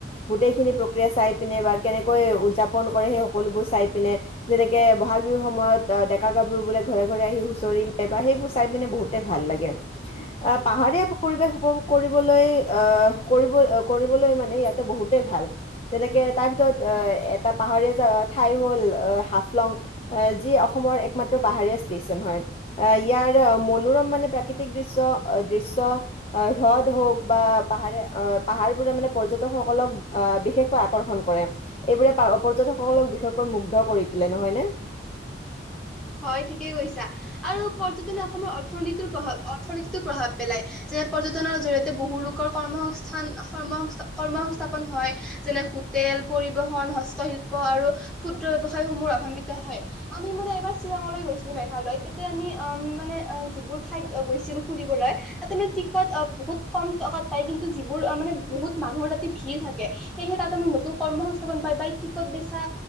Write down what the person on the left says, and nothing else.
গোটেইখিনি প্ৰক্ৰিয়া চাই পিনে বা কেনেকৈ উদযাপন কৰে সেই সকলোবোৰ চাই পিনে যেনেকে বহাগ বিহুৰ সময়ত ডেকা গাভৰু বোলে ঘৰে ঘৰে আহি হুঁচৰি ম বা সেইবোৰ চাই পিনে বহুতে ভাল লাগে পাহাৰীয়া পৰিৱেশ উপভোগ কৰিবলৈ আহ কৰিব কৰিবলৈ মানে ইয়াতে বহুতেই ভাল যেনেকে তাৰ ভিতৰত এটা পাহাৰীয়া ঠাই হ'ল হাফলং যি অসমৰ একমাত্ৰ পাহাৰীয়া ষ্টেচন হয় ইয়াৰ মনোৰম মানে প্ৰাকৃতিক দৃশ্য দৃশ্য আহ হ্ৰদ হওক বা পাহাৰে আহ পাহাৰবোৰে মানে পৰ্যটকসকলক আহ বিশেষকৈ আকৰ্ষণ কৰে এইবোৰে পৰ্যকসকলক বিশেষকৈ মুগ্ধ কৰি তোলে নহয়নে।